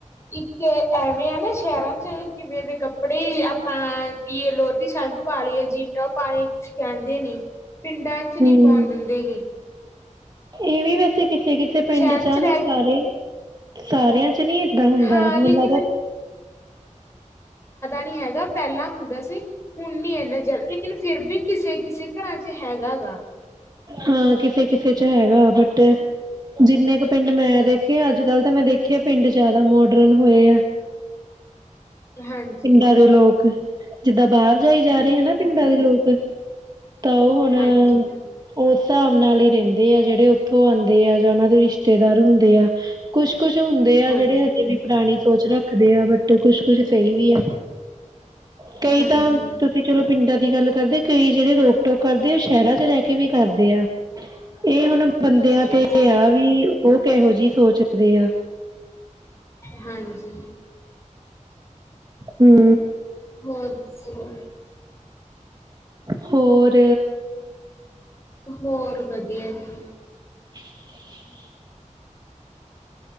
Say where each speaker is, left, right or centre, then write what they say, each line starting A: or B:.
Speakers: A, on the left; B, on the right.
A: ਇੱਕ ਐਵੇਂ ਆ ਨਾ ਸ਼ਹਿਰਾਂ 'ਚ ਕਿਵੇਂ ਦੇ ਕੱਪੜੇ, ਆਪਾਂ ਕੀ, ਲੋਅਰ, ਟੀ-ਸ਼ਰਟ ਪਾ ਲਈਏ, ਜੀਨ, ਟੌਪ ਪਾ ਲਈਏ, ਕੁਝ ਕਹਿੰਦੇ ਨੀ? ਪਿੰਡਾਂ 'ਚ
B: ਹਮ
A: ਨੀ ਪਾਉਣ ਦਿੰਦੇ ਗੇ
B: ਇਹ ਵੀ ਵੈਸੇ ਕਿਸੇ ਕਿਸੇ ਪਿੰਡ
A: ਸ਼ਹਿਰ
B: 'ਚ ਆ ਮੈਂ
A: ਰਹਿ ਕੇ
B: ਸਾਰੇ ਸਾਰਿਆਂ ਚ ਨਹੀਂ ਏਦਾਂ ਹੁੰਦਾ
A: ਹਾਂ
B: ਮੇਲਾ
A: ਲੇਕਿਨ
B: ਤਾਂ
A: ਨਹੀਂ ਹੈਗਾ ਪਹਿਲਾਂ ਹੁੰਦਾ ਸੀ ਹੁਣ ਨੀ ਇੰਨਾ ਜਲ ਲੇਕਿਨ ਫਿਰ ਵੀ ਕਿਸੇ ਕਿਸੇ ਘਰਾਂ ਚ ਹੈਗਾ ਗਾ
B: ਹਾਂ ਕਿਸੇ ਕਿਸੇ ਚ ਹੈਗਾ ਬਟ ਜਿੰਨੇ ਕੁ ਪਿੰਡ ਮੈਂ ਦੇਖੇ ਅੱਜ ਕੱਲ ਤਾਂ ਮੈਂ ਦੇਖਿਆ ਪਿੰਡ ਜਿਆਦਾ ਮੋਡਰਨ ਹੋਏ ਆ
A: ਹਾਂਜੀ।
B: ਪਿੰਡਾਂ ਦੇ ਲੋਕ ਜਿੱਦਾਂ ਬਾਹਰ ਜਾਈ ਜਾ ਰਹੇ ਹਨ ਪਿੰਡਾਂ ਦੇ ਲੋਕ ਤਾਂ
A: ਹਾਂਜੀ,
B: ਉਹ ਹੁਣ ਉਸ ਹਿਸਾਬ ਨਾਲ ਹੀ ਰਹਿੰਦੇ ਆ ਜਿਹੜੇ ਉੱਥੋਂ ਆਉਂਦੇ ਆ ਜਾਂ ਉਹਨਾਂ ਦੇ ਰਿਸ਼ਤੇਦਾਰ ਹੁੰਦੇ ਆ ਕੁਛ ਕੁਛ ਹੁੰਦੇ ਆ
A: ਹਾਂਜੀ,
B: ਜਿਹੜੇ ਹਜੇ ਵੀ ਪੁਰਾਣੀ ਸੋਚ ਰੱਖਦੇ ਆ ਬਟ ਕੁਛ ਕੁੱਛ ਕਈ ਵੀ ਹੈ ਕਈ
A: ਹਾਂਜੀ,
B: ਤਾਂ ਤੁਸੀਂ ਚਲੋ ਪਿੰਡਾਂ ਦੀ ਗੱਲ ਕਰਦੇ ਕਈ ਜਿਹੜੇ ਰੋਕ ਟੋਕ ਕਰਦੇ ਉਹ ਸ਼ਹਿਰਾਂ ਚ ਰਹਿ ਕੇ ਵੀ ਕਰਦੇ ਆ ਇਹ ਹੁਣ ਬੰਦਿਆਂ
A: ਹਾਂਜੀ।
B: ਤੇ ਇਹ ਆ ਵੀ ਉਹ ਕਿਹੋ ਜਿਹੀ ਸੋਚਦੇ ਆ
A: ਹਾਂਜੀ
B: ਹਮ
A: ਹੋਰ ਦੱਸੋ
B: ਹੋਰ
A: ਹੋਰ ਵਧੀਆ ਜੀ
B: <inaudible>